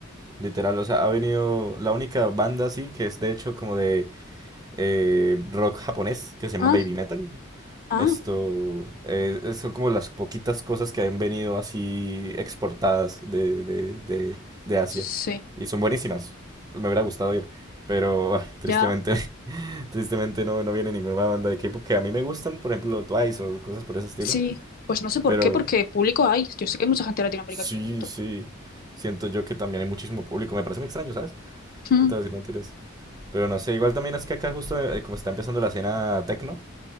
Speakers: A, on the right; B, on the left.
A: literal. O sea, ha venido la única banda así que es de hecho como de eh, rock japonés que se llama
B: Ah,
A: Baby Metal.
B: ah,
A: Esto eh, es- son como las poquitas cosas que han venido así exportadas de, de, de, de Asia.
B: sí,
A: Y son buenísimas. Me hubiera gustado ir. Pero ah, tristemente
B: ya,
A: <laughs> Tristemente no, no viene ninguna banda de K-pop que a mí me gustan, por ejemplo Twice o cosas por ese estilo,
B: sí. Pues no sé por
A: pero
B: qué, porque público hay. Yo sé que hay mucha gente de Latinoamérica
A: sí,
B: que le gusta.
A: sí, siento yo que también hay muchísimo público, me parece muy extraño, ¿sabes?
B: Mm,
A: No te voy a decir mentiras, pero no sé, igual también es que acá justo eh, como está empezando la escena techno,